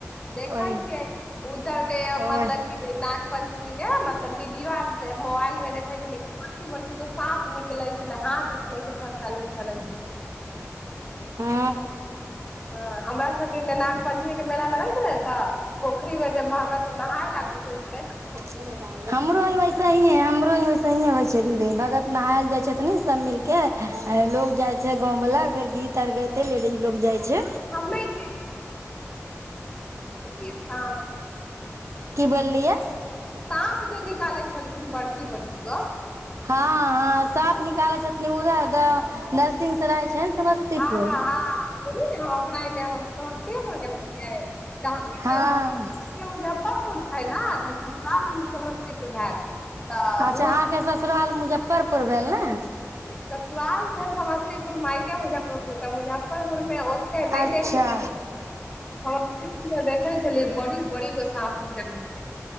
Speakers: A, on the left; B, on the right.
A: देखै
B: ओहि
A: छियै उधर के
B: ओहि
A: मतलब कि नाग पंचमी के मतलब वीडियो आर मोबाइल मे देखै छेलियै बड़की बड़की के साँप नि कलै छलै हाथ ले के सब चलै छलै।
B: हँ।
A: हँ हमरा सबके न नाग पञ्चमी के मेला लगै छलै, ने तऽ पोखरी मे जब भगत नहाय ला घुसे छलै तऽ।
B: ह ब। हमरो ही वैसेहिे हमरो ही वैसे होइ छै, दीदी भगत नहायलै जाइ छै, तऽ नहि सब मिल के। लोग जाय छै, गाँंव वला फेर गीत आर गइते लेडीज लोग जाय छै।
A: हममे इ। क त।
B: कि बोललियै।
A: साँप जे निकालै छलखिन बड़की बड़की गो।
B: हँ हँ सांप निकालै छथिन उधर दरसिंह सराय छै ने समस्तीपुर।
A: हँ हँ बोली दे ह अपना एने है। समस्तीपुर गेले छियै, तऽ
B: हँ
A: हम मुजफ्फरपुर छै ने तऽ ससुराल हमर। समस्तीपुर भेल तऽ
B: अच्छा
A: हुवा।
B: अहाँके ससुराल मुजफ्फरपुर भेल ने।
A: ससुराल भेल समस्तीपुर मायके मुजफ्फरपुर तऽ मुजफ्फरपुर मे। त नहि
B: अच्छा
A: देखलेखिन। समस्तीपुर मे देखै छलियै बड़ी बड़ी गो सांप आओर के।